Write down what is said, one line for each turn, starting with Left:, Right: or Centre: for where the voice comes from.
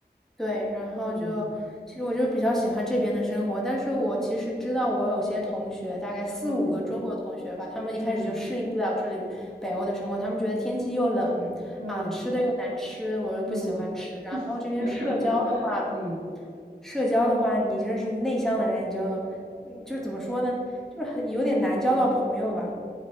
Centre: 对，然后就，
Right: 嗯
Centre: 其实我就比较喜欢这边的生活，但是我其实知道我有些同学，大概四五个中国同学吧，
Right: 嗯
Centre: 他们一开始就适应不了这里北欧的生活，
Right: 嗯嗯
Centre: 他们觉得天气又冷啊，
Right: 嗯。
Centre: 吃的又难吃，我又不喜欢吃，
Right: 嗯
Centre: 然后这边社交的话，
Right: <laughs> 嗯，
Centre: 社交的话，你就是内向的人，你就，嗯就是怎么说呢，就是很有点难交到朋友吧，